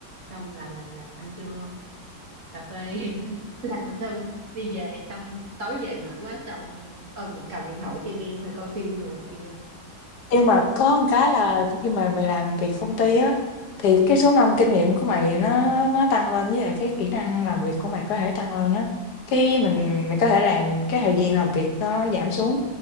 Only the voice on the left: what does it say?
Nhưng mà có một cái là khi mà mày làm việc công ty á, thì cái số năm kinh nghiệm của mày nó nó tăng lên với lại cái kỹ năng làm việc của mày có thể tăng lên á. Cái mình mày có thể làm cái thời gian làm việc nó giảm xuống.